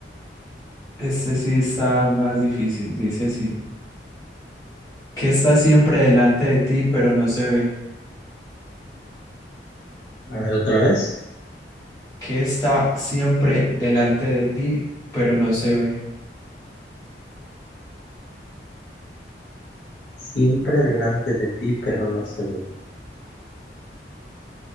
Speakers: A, on the left; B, on the left.
A: este sí está más difícil. Dice así. ¿Qué está siempre delante de ti, pero no se ve?
B: A ver, otra vez.
A: ¿Qué está siempre delante de ti, pero no se ve?
B: Siempre delante de ti, pero no se ve.